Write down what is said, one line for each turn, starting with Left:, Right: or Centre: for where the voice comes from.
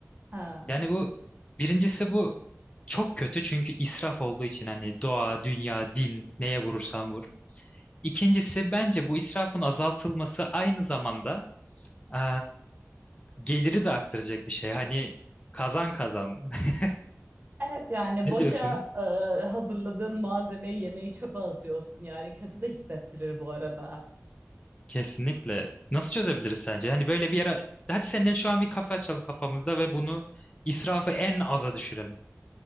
Right: Ha.
Left: Yani bu birincisi bu çok kötü çünkü israf olduğu için hani doğa, dünya, din neye vurursan vur. İkincisi bence bu israfın azaltılması aynı zamanda eee, geliri de arttıracak bir şey. Hani kazan kazan. <laughs>
Right: Evet yani
Left: Ne
Right: boşa
Left: diyorsun?
Right: e, hazırladığın malzemeyi yemeği çöpe atıyorsun yani kötü de hissettirir bu arada.
Left: Kesinlikle. Nasıl çözebiliriz sence? Yani böyle bir yere... Hadi seninle şu an bir kafe açalım kafamızda ve bunu israfı en aza düşürelim.